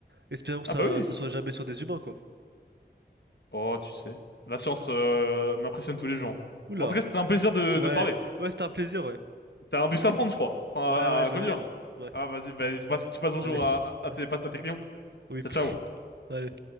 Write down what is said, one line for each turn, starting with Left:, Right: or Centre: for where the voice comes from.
Right: Espérons que
Left: Ah
Right: ça,
Left: bah oui.
Right: ça soit jamais sur des humains quoi.
Left: Oh, tu sais, la science euh, m'impressionne tous les jours.
Right: Oula.
Left: Mais En tout cas, c'était un plaisir de,
Right: Ouais,
Left: de te parler.
Right: ouais, c'était un plaisir, ouais.
Left: T'as un bus à prendre, je crois. Enfin,
Right: Ouais,
Left: à,
Right: ouais, je
Left: à
Right: dois
Left: conduire.
Right: y aller là. Ouais,
Left: Ah, vas-y, bah, passe- tu passes bonjour
Right: allez.
Left: à, à,
Right: Ouais.
Left: à tes, à tes clients.
Right: Oui,
Left: Ciao,
Right: <laughs> possible.
Left: ciao.
Right: Allez.